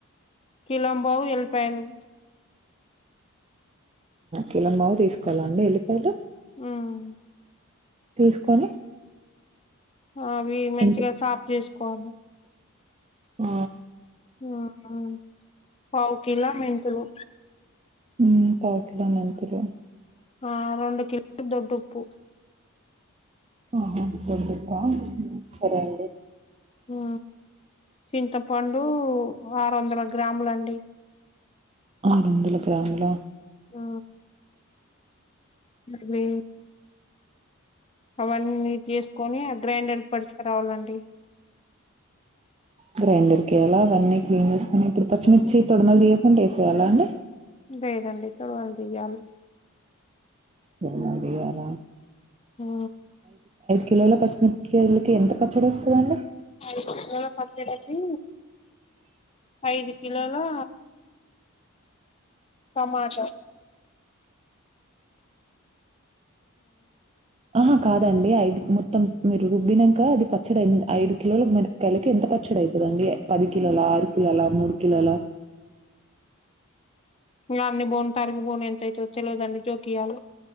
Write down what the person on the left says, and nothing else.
కిలోం బావు ఎల్పాయలు
మ్మ్
అవి మంచిగా
సాప్ చేసుకోవాలి
మ్మ్ పావు కిలో మెంతులు
ఆ రెండు కిలో దొడ్డుప్పు
ఆ చింతపండు ఆరువందల గ్రాములండి
ఆ అవే అవన్నీ నీట్ చేసుకొని ఆ గ్రైండర్ పడిచుకు రావాలండి
ఉమ్,
లేేదండి తొడమలు తీయాలి
ఉ
ఐదు కిలోల పచ్చడి కి ఐదు కిలోలా టమాట
ఇ అన్ని బో తారుగ బోన్ ఎంత అవుతుో తెలిదండి జోక్య్యాలు